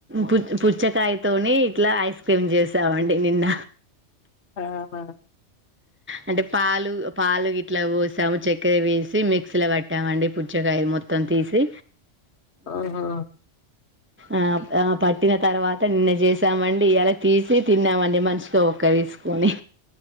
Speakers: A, on the right (about 15°); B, on the left (about 65°).
A: పు పుచ్చకాయతోని ఇట్లా ఐస్ క్రీమ్ చేసామండి అంటే నిన్న
B: ఆ హ
A: అంటే పాలు పాలు ఇట్లా పోసాము చెక్క ఇ వేసి మిక్సీలట్టి ఎామండి పుజకాయలు మొత్తం తీసి
B: ఆహ
A: ఆ ఆ పట్టిన తర్వాత నిన్న చేసామండి ఇలా తీసి తిన్నామండి మంచితో ఒక్క తీసుకొని